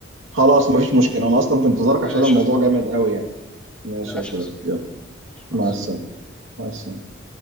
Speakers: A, on the right (about 85°); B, in the centre.
A: خلاص مفيش مشكلة انا اصلا في انتظارك
B: ماشي
A: عشان الموضوع
B: يا صديقي
A: جامد قوي يعني ماشي
B: ماشي
A: يا صديقي
B: يا صديقي
A: يلا مع
B: مع السلامه
A: السلامة مع السلامة